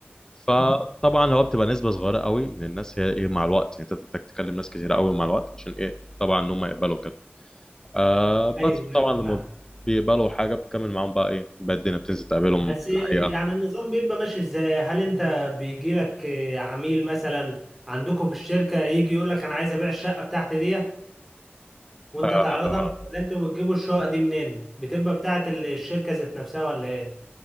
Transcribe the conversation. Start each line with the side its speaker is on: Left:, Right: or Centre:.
Left: فطبعا
Centre: مم.
Left: هو بتبقى نسبه صغيره قوي من الناس هي ايه مع الوقت يعني انت بتحتاج تكلم ناس كتير قوي مع الوقت عشان ايه طبعا ان هم يقبلوا كده آه بس
Centre: ايوه
Left: طبعا
Centre: ايوه
Left: لما
Centre: فاهم
Left: بيقبلوا حاجه بتكمل معاهم بقى ايه بقى الدنيا بتنزل تقابلهم
Centre: بس
Left: في
Centre: يعني
Left: الحقيقه
Centre: النظام بيبقى ماشي ازاي هل انت بيجي لك عميل مثلا عندكم في الشركة يجي يقول لك انا عايز ابيع الشقة بتاعتي ديت وانت
Left: آه،
Centre: تعرضها ولا انتوا بتجيبوا الشقق دي منين بتبقى بتاعت ال- الشركة ذات نفسها ولا ايه